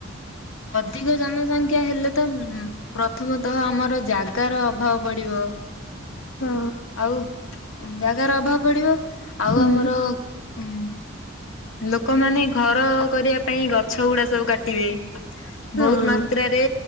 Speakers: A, on the left (about 90°); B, on the left (about 60°).
A: ଅଧିକ ଜନସଂଖ୍ୟା ହେଲେ ତ ଉଁ ପ୍ରଥମତଃ ଆମର ଜାଗାର ଅଭାବ ପଡିବ।
B: ହଁ
A: ଆଉ ଉଁ ଜାଗାର ଅଭାବ ପଡିବ ଆଉ
B: ହୁଁ
A: ଆମର। ଉଁ ଲୋକମାନେ ଘର କରିବା ପାଇଁ ଗଛ ଗୁଡା ସବୁ କାଟିବେ।
B: ହଁ
A: ବହୁତ ମାତ୍ରାରେ